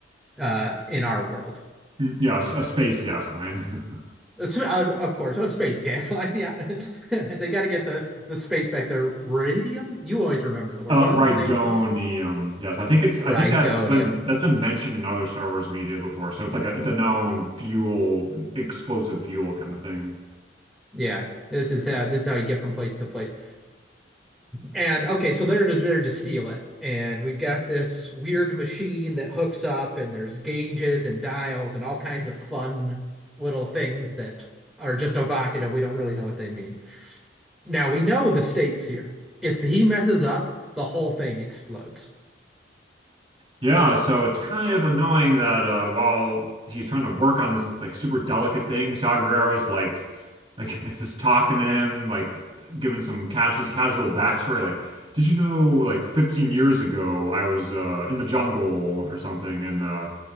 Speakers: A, in the centre; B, on the right.
A: uh in our world.
B: Mm, Yeah, a, space gas line. <laughs>
A: uh, of course, a space gas line. Yeah, <laughs> and they got to get the the space back there. Radium. You always remember the word.
B: Uh,
A: What is
B: Rhydonium.
A: the name of this stuff?
B: Yes, I think it's. I
A: Rhydonium.
B: think that's been that's been mentioned in other Star Wars media before. So it's like a it's a known fuel, explosive fuel kind of thing.
A: Yeah, this is how this is how you get from place to place. And okay, so they're to, are to steal it, and we've got this weird machine that hooks up, and there's gauges and dials and all kinds of fun little things that are just evocative. We don't really know what they mean. Now we know the stakes here. If he messes up, the whole thing explodes.
B: Yeah, so it's kind of annoying that uh, while he's trying to work on this like super delicate thing, Saw Gerrera's like like <laughs> just talking to him, like giving some cash his casual backstory, like, did you know like 15 years ago I was uh, in the jungle or something, and uh,